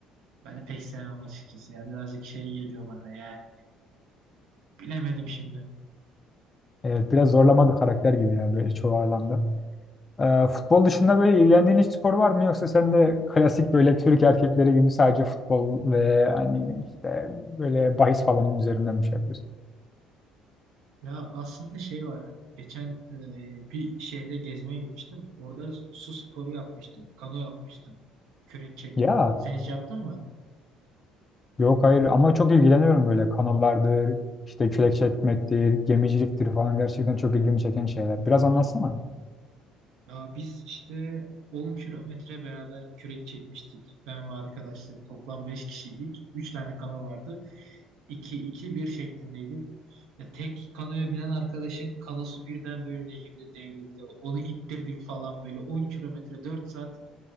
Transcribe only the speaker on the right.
Ben pek sevmem açıkçası ya. Birazcık şey geliyor bana yani. Bilemedim şimdi.
Ya aslında şey var. Geçen e, bir şehre gezmeye gitmiştim. Orada su sporu yapmıştım. Kano yapmıştım. Kürek çekmeli.
Sen hiç yaptın mı?
Ya biz işte 10 kilometre beraber kürek çekmiştik. Ben ve arkadaşlarım toplam 5 kişiydik. üç tane kano vardı. iki iki bir şeklindeydik. Ya tek kanoya binen arkadaşın kanosu birden böyle nehirde devrildi. Onu ittirdik falan böyle 10 kilometre 4 saat